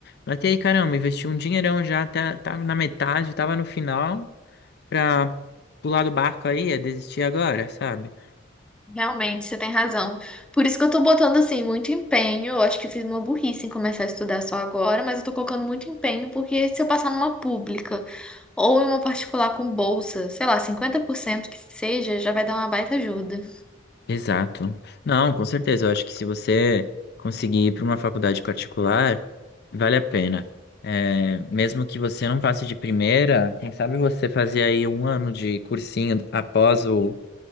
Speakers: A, on the left (about 55°); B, in the centre.
A: Mas e aí, caramba, investiu um dinheirão já, tá, tá na metade, tava no final, pra pular do barco aí, é desistir agora, sabe?
B: Realmente, você tem razão. Por isso que eu tô botando, assim, muito empenho. Eu acho que eu fiz uma burrice em começar a estudar só agora, mas eu tô colocando muito empenho, porque se eu passar numa pública ou em uma particular com bolsa, sei lá, 50% que seja, já vai dar uma baita ajuda.
A: Exato. Não, com certeza, eu acho que se você conseguir ir para uma faculdade particular, vale a pena. É, mesmo que você não passe de primeira, quem sabe você fazer aí um ano de cursinho após o,